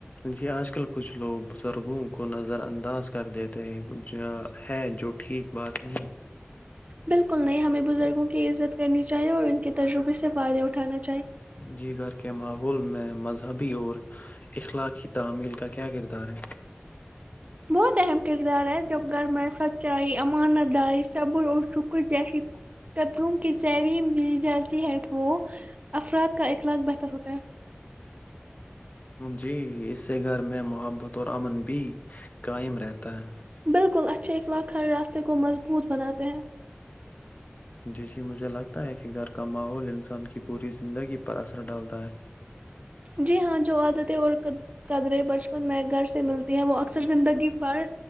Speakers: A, on the left (about 40°); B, on the right (about 35°).
A: جی آج کل کچھ لوگ بزرگوں کو نظر انداز کر دیتے ہیں جو ہے جو ٹھیک بات نہیں
B: بالکل نہیں ہمیں بزرگوں کی عزت کرنی چاہیے اور ان کے ترجربے سے فائدے اٹھانا چے
A: جی گھر کے ماحول میں مذہبی اور اخلاقی تعمیل کا کیا کردار ہے
B: بہت اہم کردار ہے جب گھر میں سچائی امانت ڈائی صبر اور شکر جیسی قتروں کی تلیم دی جاتی ہے تو افراد کا اخلاق بہتر ہوتا ہے
A: جی اس سے گھر میں محبت اور امن بھی قائم رہتا ہے
B: بالکل اچ چھ ایک لاکھ ہر راستے کو مضبوط بناتے ہیں
A: جسے مجھے لگتا ہے کہ گھر کا ماحول انسان کی پوری زندگی پر اثر ڈالتا ہے
B: جی ہاں جو عادتیں اور قدریں بچپن میں گھر سے ملتی ہیں وہ اکثر زندگی بھر